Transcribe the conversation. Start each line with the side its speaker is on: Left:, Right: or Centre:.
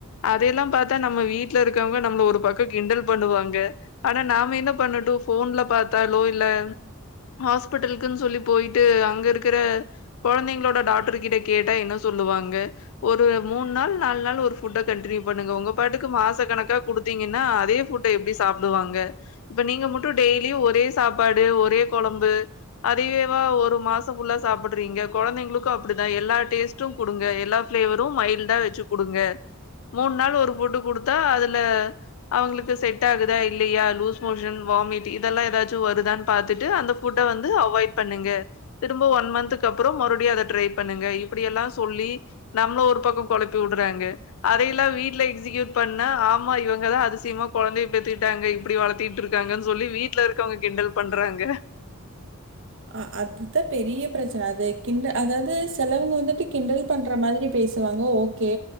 Left: அதெய்ல்லா பாத்தா நம்ம வீட்ல இருக்கவங்க நம்மள ஒரு பக்கொ கிண்டல் பண்ணுவாங்க ஆனா நாம என்ன பண்ணட்டு போன்ல பாத்தாலோ இல்ல ஹாஸ்பிட்டலுக்குன்னு சொல்லி போயிட்டு அங்க இருக்குற கொழந்தைங்களோட டாக்டர் கிட்ட கேட்டா என்ன சொ வாங்க ஒரு மூணு நாள் நாலு நாளு ஒரு ஃபுட்ட கண்டினியூ பண்ணுங்க ஒங்க பாட்டுக்கு மாச கணக்கா குடுத்தீங்கன்னா அதே ஃபுட்ட எப்டி சாப்டுவாங்க இப்ப நீங்க மட்டு டெய்லியு ஒரே சாப்பாடு ஒரே கொழம்பு அதயேவா ஒரு மாசோ ஃபுல்லா சாப்டுறீங்க கொழந்தைங்களுக்கு அப்டிதா எல்லா டேஸ்ட் டு குடுங்க எல்லா ஃபிளேவரு மைல்டா வச்சு குடுங்க மூணு நாள் ஒரு ஃபுட்டு குடுத்தா அதுல அவுங்களுக்கு செட் ஆகுதா இல்லியா லூஸ் மோஷன் வாமிட் இதெல்லா ஏதாச்சு வருதானு பாத்துட்டு அந்த ஃபுட்ட வந்து அவாய்ட் பண்ணுங்க திரும்ப ஒன் மன்த்துக்கு அப்றோ மறுபடியு அத ட்ரை பண்ணுங்க இப்டியெல்லா சொல்லி நம்மள ஒரு பக்கோ கொழப்பி விடுறாங்க அதையெல்லா வீட்ல எக்ஸிக்யூட் பண்ணா ஆமா இவங்கதா அதிசயமா கொழந்தைய பெத்துக்கிட்டாங்க இப்டி வளத் த்திகிட்ருக்காங்கனு சொல்லி வீட்ல இருக்கவங்க கிண்டல் பண்றாங்க
Right: ஆ அதுதா பெரிய பிரச்சன அது கிண்ட அதாது செலவங்க வந்துட்டு கிண்டல் பண்ற மாதிரி பேசு வாங்க ஓகே